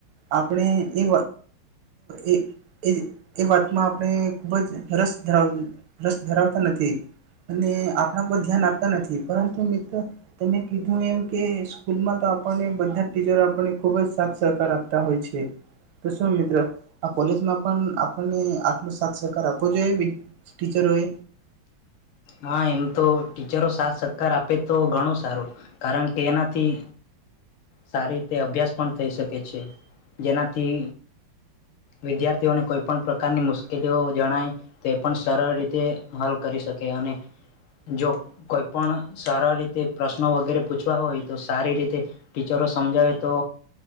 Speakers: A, on the right; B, on the left.
A: આપણે એ એ એ એ વાતમાં આપણે ખૂબ જ રસ ધરા રસ ધરાવતા નથી અને આપણા પર ધ્યાન આપતા નથી પરંતુ મિત્રો તમે કીધું એમ કે સ્કૂલમાં તો આપણને બધા ટીચરો આપને ખુબ જ સાથ સહકાર આપતા હોય છે તો શું મિત્ર આ કોલેજમાં પણ આપને આટલો સાથ સહકાર આપવો જોઈએ વિ ટીચરોએ
B: હા એમ તો ટીચરો સાથ સહકાર આપે તો ઘણું સારું કારણ કે એનાથી સારી રીતે અભ્યાસ પણ થઈ શકે છે જેનાથી વિદ્યાર્થીઓને કોઈ પણ પ્રકારની મુશ્કેલીઓ જણાય તે પણ સરળ રીતે હલ કરી શકે અને જો કોઈ પણ સરળ રીતે પ્રશ્નો વગેરે પૂછવા હોય તો સારી રીતે ટીચરો સમજાવે તો